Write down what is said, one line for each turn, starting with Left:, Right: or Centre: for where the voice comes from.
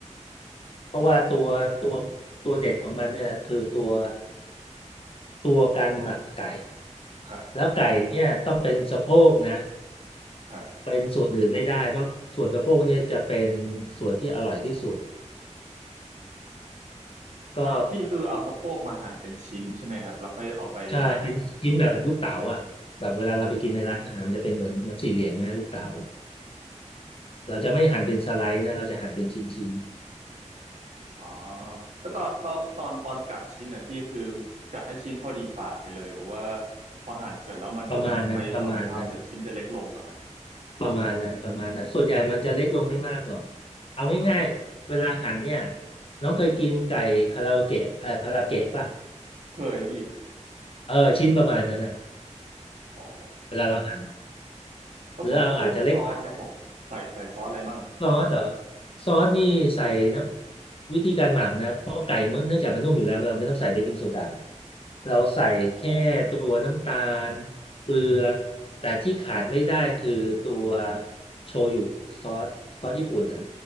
Left: เพราะว่าตัวตัว
Right: อืม
Left: ตัวเด็ดของมันเนี่ยคือตัวตัวการหมักไก่
Right: ครับ
Left: แล้วไก่เนี่ยต้องเป็นสะโพกนะ
Right: ครับ
Left: เป็นส่วนอื่นไม่ได้เพราะส่วนสะโพกเนี่ยจะเป็นส่วนที่อร่อยที่สุดก็
Right: อ่ะแล้วพี่คือเอาสะโพกมาหั่นเป็นชิ้นใช่ไหมครับแล้วค่อยเอาไปหมัก
Left: ใช่เป็นชิ้นแบบลูกเต๋าอ่ะแบบเวลาเราไปกินในร้านอาหารมันจะเป็นเหมือนเหมันสี่เหลี่ยมนะลูกเต๋าเราจะไม่หั่นเป็นสไลด์นะเราจะหั่นเป็นชิ้น
Right: อ๋อแล้วตอนตอนตอนตอนกะชิ้นนะพี่คือกะให้ชิ้นพอดีปากไปเลยหรือว่าพอหั่นเสร็จแล้วมันมันไปเอาไปทำเสร็จชิ้นจะเล็กลงป่ะฮะ
Left: ๆประมาณนั้นประมาณนั้นประมาณนั้นประมาณนั้นส่วนใหญ่มันจะเล็กลงไม่มากหรอกเอาง่ายๆเวลาหั่นเนี่ย
Right: ครับ
Left: น้องเคยกินไก่คาราโอเกะเอ่อคาราเกะป่ะ
Right: เคยพี่
Left: เออชิ้นประมาณนั้นอ่ะ
Right: อ๋อ
Left: เวลาเราหั่น
Right: แล้วพวกพวกซอสนะครับผมใส่ใส่ซอสอะไรมั่งครับ
Left: หรือเราอาจจะเล็กหน่อย ซอสเหรอซอสนี่ใส่น้ำวิธีการหมักนะเพราะไก่มันเนื่องจากมันนุ่มอยู่แล้วเราไม่ต้องใส่เบกกิ้งโซดาเราใส่แค่ตัวน้ำตาลเกลือ
Right: ครับ
Left: แต่ที่ขาดไม่ได้คือตัวโชยุซอสซอสญี่ปุ่นอ่ะ